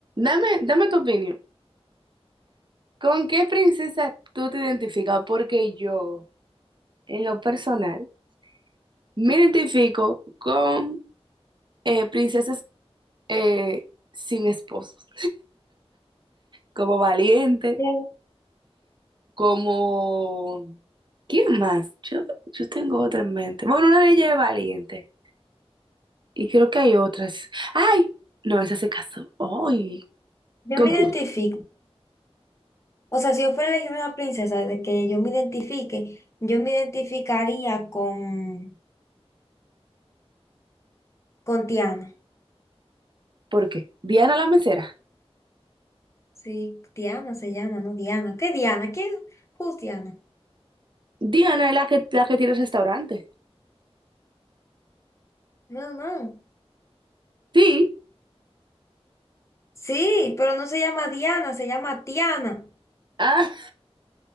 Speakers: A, on the right (about 45°); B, on the left (about 25°).
A: Dame, dame tu opinión. ¿Con qué princesa tú te identificas? Porque yo, en lo personal, me identifico con eh, princesas eh, sin esposos. Como Valiente,
B: Yo,
A: como... ¿Quién más? Yo, yo tengo otra en mente. Bueno, una de ellas es Valiente. Y creo que hay otras. ¡Ay! No, esa se casó. ¡Ay!
B: yo
A: ¿Con
B: me
A: quién?
B: identifico. O sea, si yo fuera a elegir una princesa de que yo me identifique, yo me identificaría con, con Tiana.
A: ¿Por qué? Diana la mesera.
B: Sí, Tiana se llama, ¿no? Diana. ¿Qué Diana? ¿Quién? Who's Diana?
A: Diana es la que, la que tiene el restaurante.
B: No, no.
A: Sí.
B: Sí, pero no se llama Diana, se llama Tiana.
A: Ah,